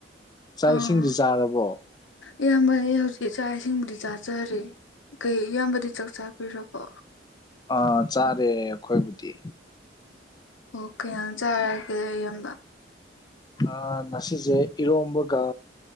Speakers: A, on the left; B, on the left.
A: ꯆꯥꯛ
B: ꯑꯥ
A: ꯏꯁꯤꯡꯗꯤ ꯆꯥꯔꯕꯣ
B: ꯏꯌꯥꯝꯕ ꯑꯩ ꯍꯧꯖꯤꯛ ꯆꯥꯛ ꯏꯁꯤꯡꯕꯨꯗꯤ ꯆꯥꯖꯔꯦ ꯀꯩ ꯏꯌꯥꯝꯕꯗꯤ ꯆꯥꯛ ꯆꯥꯕꯤꯔꯕꯣ
A: ꯑꯥ ꯆꯥꯔꯦ ꯑꯩꯈꯣꯏꯕꯨꯗꯤ
B: ꯑꯣ ꯀꯩꯉꯥꯡ ꯆꯥꯔꯒꯦ ꯑꯌꯥꯝꯕ
A: ꯑꯥ ꯉꯁꯤꯁꯦ ꯏꯔꯣꯝꯕꯒ